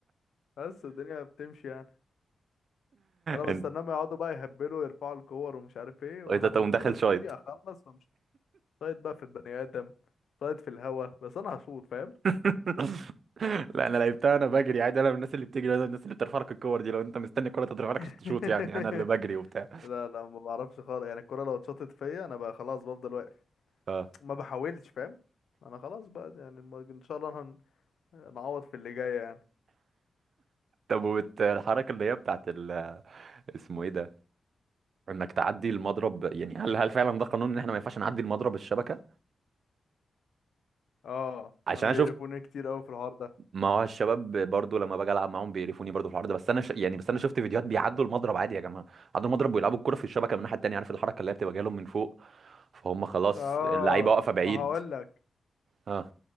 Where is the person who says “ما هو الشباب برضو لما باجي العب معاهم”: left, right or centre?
Right